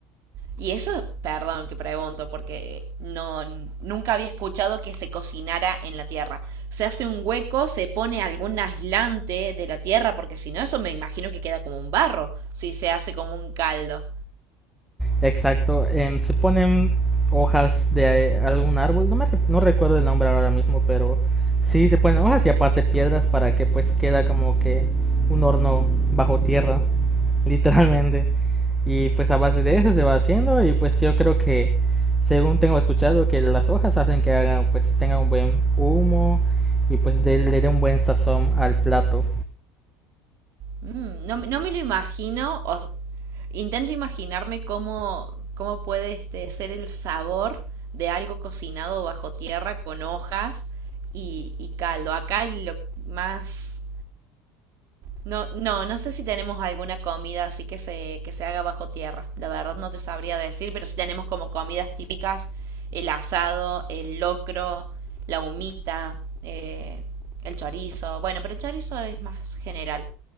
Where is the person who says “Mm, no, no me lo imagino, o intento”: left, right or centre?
Right